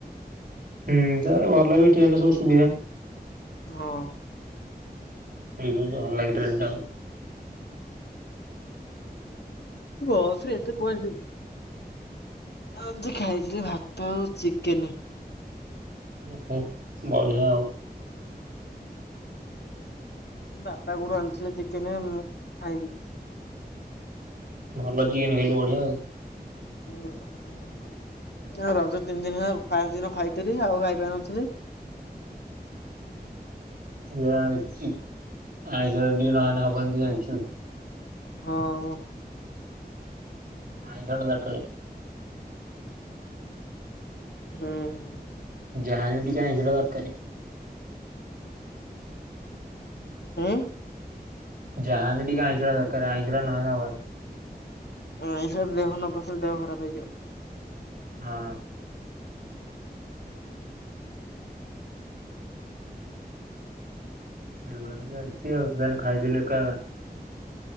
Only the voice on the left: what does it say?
ହଁ।
ବସରେ ଏତେ କଣ ଏନ୍ତି ଆଜି ଖାଇଥିଲି ଭାତ ଆଉ ଚିକେନେ।
ବାପା କୋଉଠୁ ଆଣିଥିଲେ ଚିକେନ ମୁଁ ଖାଇବି
ହୁଁ ଆ ରଜ ତିନି ଦିନ ହେଲା ଫାଷ୍ଟ ଦିନ ଖାଇଥିଲି ଆଉ ଖାଇପାରୁିନଥିଲି
ହଁ।
ହୁଁ ହୁଁ।
ହୁଁ।
ହଁ ଏଇସବୁ ବିଭିନ୍ନ ପ୍ରକାର ଦେହ ଖରାପ ହେଇଯିବ।